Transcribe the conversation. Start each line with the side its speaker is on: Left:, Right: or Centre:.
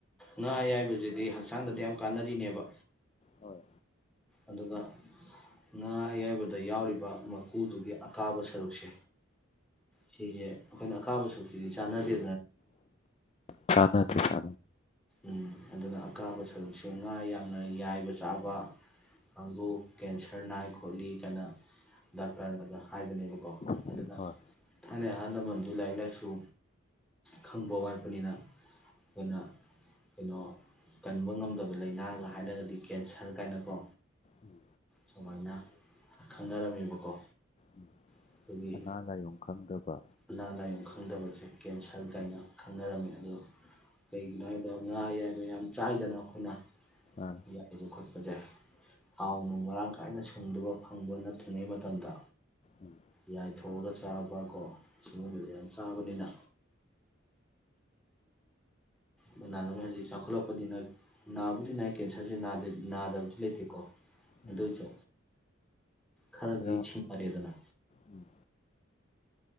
Centre: ꯉꯥ ꯑꯌꯥꯏꯕꯁꯤꯗꯤ ꯍꯛꯆꯥꯡꯗꯗꯤ ꯌꯥꯝ ꯀꯥꯟꯅꯔꯤꯅꯦꯕ
Left: ꯍꯣꯏ
Centre: ꯑꯗꯨꯒ ꯉꯥ ꯑꯌꯥꯏꯕꯗ ꯌꯥꯎꯔꯤꯕ ꯃꯀꯨꯗꯨꯒꯤ ꯑꯀꯥꯕ ꯁꯔꯨꯛꯁꯦ ꯁꯤꯁꯦ ꯑꯩꯈꯣꯏꯅ ꯑꯀꯥꯕ ꯁꯣꯛꯁꯤꯗꯤ ꯆꯥꯟꯅꯗꯦ
Left: ꯆꯗ ꯊ ꯆ
Centre: ꯎꯝ ꯑꯗꯨꯅ ꯑꯀꯥꯕ ꯁꯔꯨꯛꯁꯦ ꯉꯥ ꯌꯥꯝꯅ ꯌꯥꯏꯕ ꯆꯥꯕ ꯀꯥꯡꯕꯨꯨ ꯀꯦꯟꯁꯔ ꯅꯥꯏ ꯈꯣꯠꯂꯤ ꯀꯥꯏꯅ ꯗꯥꯛꯇꯔꯗ ꯍꯥꯏꯕꯅꯦꯕꯀꯣ
Left: ꯎ
Centre: ꯑꯗꯨꯅ
Left: ꯍꯣꯏ
Centre: ꯊꯥꯏꯅꯩ ꯑꯍꯜ ꯂꯃꯟꯁꯨ ꯂꯥꯏꯔꯤꯛ ꯂꯥꯏꯁꯨ ꯈꯪꯕ ꯋꯥꯠꯄꯅꯤꯅ ꯑꯈꯣꯏꯅ ꯀꯩꯅꯣ ꯀꯟꯕ ꯉꯝꯗꯕ ꯂꯥꯏꯅꯥꯒ ꯍꯥꯏꯔꯒꯗꯤ ꯀꯦꯟꯁꯔ ꯀꯥꯏꯅꯀꯣ
Left: ꯎꯝ
Centre: ꯁꯨꯃꯥꯏꯅ ꯈꯪꯅꯔꯝꯃꯦꯕꯀꯣ
Left: ꯎꯝ
Centre: ꯑꯩꯈꯣꯏꯒꯤ
Left: ꯑꯅꯥ ꯂꯥꯏꯌꯣꯡ ꯈꯪꯗꯕ
Centre: ꯑꯅꯥ ꯂꯥꯏꯌꯣꯡ ꯈꯪꯗꯕꯁꯦ ꯀꯦꯟꯁꯔ ꯀꯥꯏꯅ
Left: ꯎꯝ
Centre: ꯈꯪꯅꯔꯝꯃꯤ ꯑꯗꯣ ꯀꯩꯒꯤꯅꯣ ꯍꯥꯏꯕ ꯉꯥ ꯌꯥꯏꯕ ꯌꯥꯝ ꯆꯥꯏꯗꯅ ꯑꯈꯣꯏꯅ
Left: ꯑꯥ
Centre: ꯌꯥꯏꯕ ꯈꯣꯠꯄꯖꯦ ꯊꯥꯎꯅꯨꯡ ꯃꯔꯥꯡ ꯀꯥꯏꯅ ꯁꯨꯡꯗꯕ ꯐꯪꯕ ꯅꯠꯇ꯭ꯔꯤꯉꯩ ꯃꯇꯝꯗ
Left: ꯎꯝ
Centre: ꯌꯥ ꯊꯣꯡꯉꯒ ꯆꯥꯕ ꯀꯣ ꯁꯤꯒꯨꯝꯕꯁꯦ ꯌꯥꯝ ꯆꯥꯕꯅꯤꯅ ꯃꯅꯥ ꯍꯧꯖꯤꯛ ꯆꯥꯎꯈꯠꯂꯛꯄꯅꯤꯅ ꯅꯥꯕꯨꯗꯤ ꯅꯥ ꯀꯦꯟꯁꯔꯁꯦ ꯅꯥꯗꯕꯗꯤ ꯂꯩꯇꯦꯀꯣ ꯑꯗꯨꯏꯁꯨ
Left: ꯎꯝ
Centre: ꯈꯔꯗꯤ
Left: ꯈꯔ
Centre: ꯁꯤꯡꯅꯔꯦꯗꯅ
Left: ꯎꯝ